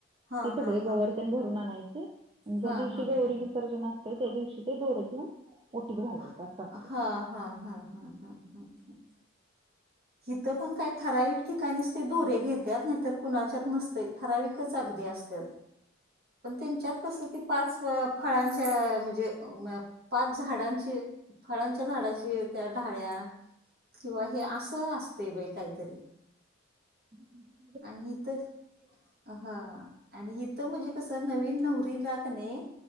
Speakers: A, on the right; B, on the right.
A: हा
B: ते सगळं
A: हा हा
B: गवरतेंन भरून आणायची ज्या
A: हा
B: दिवशी
A: हा
B: गौरी विसर्जन असतय त्या दिवशी ते दोर घेऊन ओटीत घालायचं
A: हा
B: असं असतंय.
A: हा हा हा हम्म हम्म ह. हिथं पण काय ठराविक ठिकाणीच ते दोरे घेत्यात नाहीतर कुणाच्यात नसतय ठराविकच अगदी अस त्यात. पण त्यांच्यात कस ते पाच फळांच्या म्हणजे पाच झाडांच्या फळांच्या झाडाची त्या ढाळ्या किंवा हे असं असतय बाई काहीतरी?
B: <inaudible>
A: आणि इथ अ हा आणि इथं म्हणजे कस नवीन नवरीला का नाही